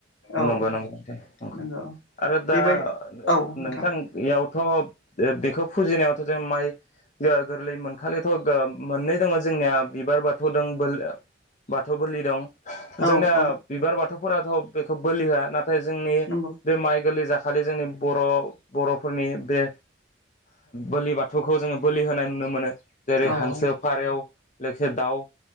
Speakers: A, on the left; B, on the left.
A: औ
B: नंगौ नंगा
A: नंगौ
B: आरो
A: बेबाय
B: दा
A: औ नोंथां
B: नोंथांयावथ' ए बेखौ फुजिनायाव <unintelligible> माइ <unintelligible> गोरलै मोनखालि थ' मोननै दङ जोंनिया बिबार बाथौ दं बाथौ बोलि दं।
A: औ
B: जोंना
A: औ
B: बिबार बाथौखौ फोराथ' बेखौ बोलि होआ ना थाय जोंनि
A: नंगौ
B: बे माइ गोरलै जा खालि जोंनि बर' बर'फोरनि बे बोलि बाथौखौ जोङो बोलि होनाय नुनो मोनो। जेरै
A: औ
B: हांसो फारेव लोगोसे दाउ